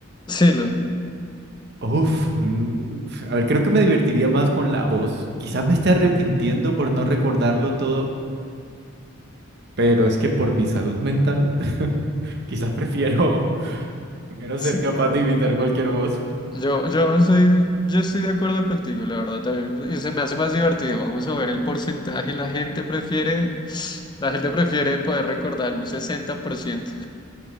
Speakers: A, on the left; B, on the right.
A: Sí, lo,
B: Uf, mm, uf, a ver, creo que me divertiría más con la voz. Quizás me esté arrepintiendo por no recordarlo todo, pero es que por mi salud mental, <laughs> quizás prefiero, prefiero
A: sí.
B: ser capaz de imitar cualquier voz.
A: Yo, yo soy, yo estoy de acuerdo contigo, la verdad también. Y se me hace más divertido. Vamos a ver el porcentaje. La gente prefiere, la gente prefiere poder recordar un 60%